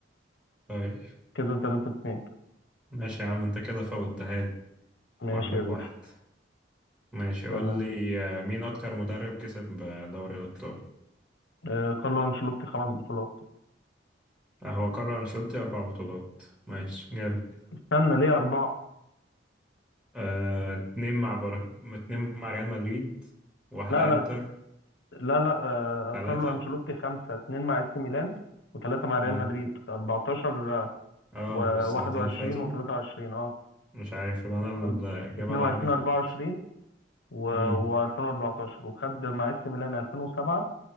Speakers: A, in the centre; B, on the left.
A: طيب
B: كده 3 2
A: ماشي يا عم انت كده فوتها لي
B: ماشي
A: واحدة
B: يا
A: بواحد
B: باشا
A: ماشي
B: تمام
A: قول لي آه، مين أكتر مدرب كسب آه، دوري الأبطال
B: آه، كارلو أنشيلوتي خمس بطولات
A: آه، هو كارلو أنشيلوتي أربع بطولات ماشي جامد
B: استنى ليه أربعة
A: آه، اتنين مع بر... اتنين مع ريال مدريد واحدة
B: لا لا
A: انتر
B: لا لا آه
A: تلاتة
B: كارلو أنشيلوتي خمسة اتنين مع اس ميلان وثلاثة مع ريال
A: مم.
B: مدريد 14
A: اه
B: و21
A: والسنتين اللي فاتوا
B: و23 اه
A: مش عارف يبقى أنا
B: أرب-
A: الإجابة
B: 22
A: اللي عندي غلط
B: 24 و2014
A: مم.
B: وخد مع اس ميلان 2007